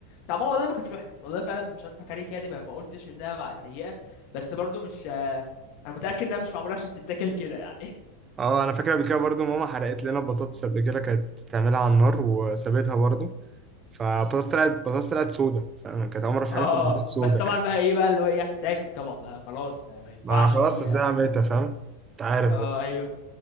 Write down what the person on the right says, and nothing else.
اه انا فاكر قبل كده برضه ماما حرقت لنا بطاطس قبل كده كانت بتعملها على النار وسابتها برضه فبطاطس طلعت بطاطس طلعت سودا فاهم كانت
عمرها في
حياتها كانت بطاطس سودا
يعني
ما خلاص
ازاي
عملتها فاهم انت عارف
بقى.